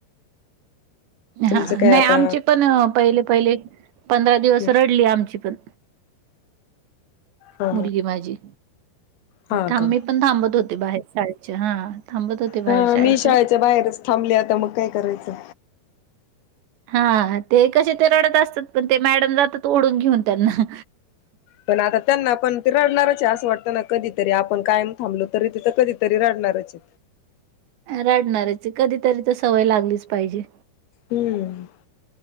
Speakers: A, on the left; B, on the right.
A: तुमचं
B: हा
A: काय
B: नाही
A: आता
B: आमचे पण पहिले पहिले पंधरा
A: हम्म
B: दिवस रडली आमची पण
A: हा
B: मुलगी माझी
A: हा हा
B: थां-मी
A: का
B: पण थांबत होते बाहेर शाळेत हा थांबत होते बाहेर
A: हा
B: शाळेच्या
A: मी बाहेरच थांबले आता मग काय करायचं
B: हा ते कसे ते रडत असतात पण ते मॅडम जातात ओढून घेऊन त्यांना
A: पण आता त्यांना पण ते रडणारच आहे असं वाटतं ना कधीतरी आपण कायम थांबलो तरी तिथं कधीतरी रडणार <unintelligible>
B: रडणाऱ्याची कधीतरी तर सवय लागलीच पाहिजे
A: हम्म